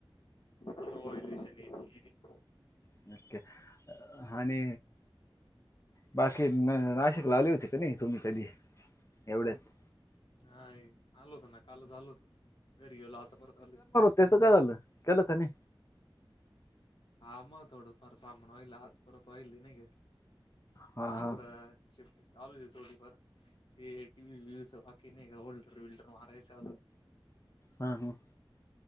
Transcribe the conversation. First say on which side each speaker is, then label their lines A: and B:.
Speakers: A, on the left (about 70°); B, on the left (about 35°).
A: त होलश <unintelligible>
B: <unintelligible> आणि. बाकी नाशिकला आले होते का नाही तुम्ही कधी एवढ्यात?
A: नाहीा आलो होत ना कालच आलो होत, घरी गेलो आता परत आले.
B: त्याच काय झालं? केलं त्यानी.
A: हा मग थोडंफार सामान वाईल आज परत वाईल नाही ग
B: हा हा
A: आता. शिफ्टिंग चालूये थोडीफार. ते टी, सोफा की नी होल्डर वर माझं.
B: हा हं.